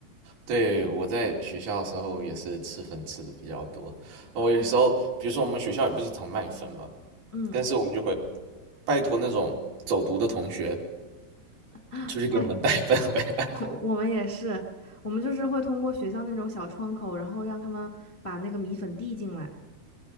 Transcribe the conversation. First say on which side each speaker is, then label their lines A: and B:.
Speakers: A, on the right; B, on the left.
A: 对，我在学校的时候也是吃粉吃的比较多。我有时候，
B: 嗯
A: 比如说我们学校也不经常卖粉嘛，
B: 嗯。
A: 但是我们就会拜托那种走读的同学
B: <gasps> <sucks teeth>
A: 出去给我们带
B: 带 <laughs>
A: <laughs> 粉回来。
B: 我我们也是，我们就是会通过学校那种小窗口，然后让他们把那个米粉递进来。